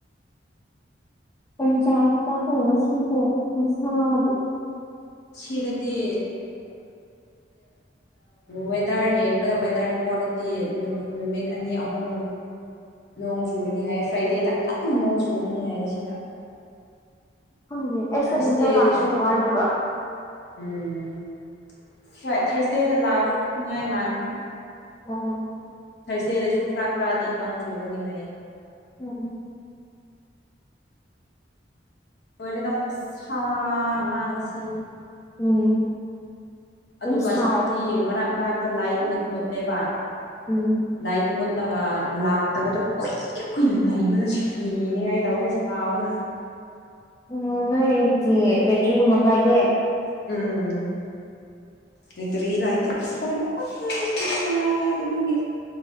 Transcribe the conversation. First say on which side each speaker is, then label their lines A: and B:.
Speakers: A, on the left (about 15°); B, on the left (about 65°).
A: ꯀꯣꯡ ꯆꯥꯛ ꯆꯥꯛ ꯀ ꯁꯤꯈꯣ ꯎꯅꯨꯡꯁꯥꯗ
B: ꯁꯤꯗꯗꯤ ꯋꯦꯗꯔ ꯌꯦꯡꯕꯗ ꯋꯦꯗꯔ ꯔꯤꯄꯣꯔꯠꯗꯤ ꯅꯨꯃꯤꯠ ꯑꯅꯤ ꯑꯍꯨꯝ ꯅꯣꯡ ꯆꯨꯔꯤꯅꯤ ꯍꯥꯏꯌꯦ ꯐ꯭ꯔꯥꯏꯗꯦꯗ ꯀꯟꯅ ꯅꯣꯡ ꯆꯨꯈꯤꯅꯤ ꯍꯥꯏꯌꯦ ꯁꯤꯗ
A: ꯎꯦ ꯑꯦꯁ
B: ꯊꯥꯔꯁꯗꯦꯗꯁꯨ
A: ꯑꯗꯨꯒꯤ ꯅ ꯂꯥꯛꯄꯃꯤ ꯇꯧꯉꯥꯏꯗꯨꯕ
B: ꯎꯝ ꯐ꯭ꯔ‌ꯣꯏꯠ ꯊ꯭ꯔꯁꯇ‌ꯦꯗ ꯂꯥꯛꯅꯤꯡꯉꯥꯏ ꯃꯥꯟꯈ꯭ꯔ‌ꯦ
A: <unintelligible>
B: ꯊꯔꯁꯗꯦꯗꯁꯨ ꯈꯔ ꯈꯔꯗꯤ ꯂꯪ ꯆꯨꯒꯅꯤꯉꯥꯏ
A: ꯎꯝꯝ
B: ꯣꯏꯔꯤꯗ ꯈꯨꯣꯠꯁ ꯃꯥꯡꯁꯤ
A: ꯎꯝ
B: ꯑꯗꯨꯒ
A: ꯑꯗꯨꯝ ꯁꯥꯏ
B: ꯁꯤ ꯃꯔꯛ ꯃꯔꯛꯇ ꯂꯥꯏꯠ ꯃꯨꯠ ꯃꯨꯠꯅꯦꯕ
A: ꯎꯝ
B: ꯂꯛ ꯃꯣꯠꯂ ꯂꯅꯥꯥꯛꯇꯕꯇ ꯀꯣꯏ ꯏꯀꯨꯏꯅ ꯂꯩꯕꯅ ꯁꯤꯅꯤꯡꯉꯥꯏ ꯇꯧꯕ ꯁꯥꯕꯅ
A: ꯑꯣ ꯅꯣꯏꯗꯤ ꯕꯦꯇ꯭ꯔꯤꯒꯨꯝꯕ ꯄꯥꯏꯗꯦ
B: ꯎꯝ ꯅ ꯇꯔꯤ ꯂꯥꯏꯇꯦ ꯑꯁꯁꯥ ꯑꯗꯨꯒꯤ